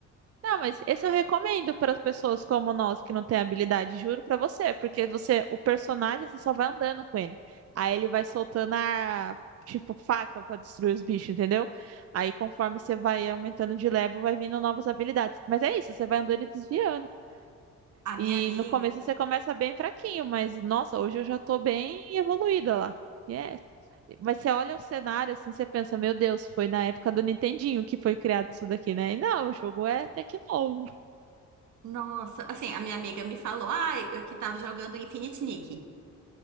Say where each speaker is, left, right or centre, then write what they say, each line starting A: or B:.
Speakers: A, on the right; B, on the right.
A: não, mas esse eu recomendo para as pessoas como nós que não tem habilidade, juro para você, porque você, o personagem, você só vai andando com ele. Aí ele vai soltando a tipo faca para destruir os bichos, entendeu? Aí conforme você vai aumentando de level, vai vindo novas habilidades. Mas é isso, você vai andando e desviando.
B: A minha
A: E
B: amiga.
A: no começo você começa bem fraquinho, mas nossa, hoje eu já tô bem evoluída lá. E é- Mas você olha o cenário assim, você pensa, meu Deus, foi na época do Nintendinho que foi criado isso daqui, né? E não, o jogo é até que novo.
B: Nossa, assim, a minha amiga me falou, ai, eu que tava jogando Infinite Nick.